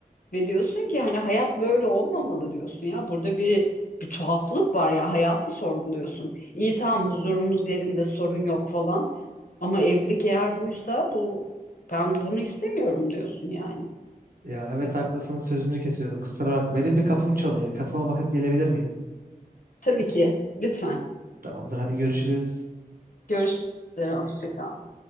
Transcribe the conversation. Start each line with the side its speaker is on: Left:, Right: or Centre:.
Left: ve diyorsun ki hani hayat böyle olmamalı diyorsun ya. Burada bir bir tuhaflık var ya hayatı sorguluyorsun. İyi tamam huzurumuz yerinde sorun yok falan. Ama evlilik eğer buysa bu ben bunu istemiyorum diyorsun yani.
Right: ya evet haklısın sözünü kesiyorum kusura bakma. Benim bir kapım çalıyor. Kapıma bakıp gelebilir miyim?
Left: Tabii ki lütfen
Right: Tamamdır hadi görüşürüz.
Left: görüşürüz. Hoşça kal.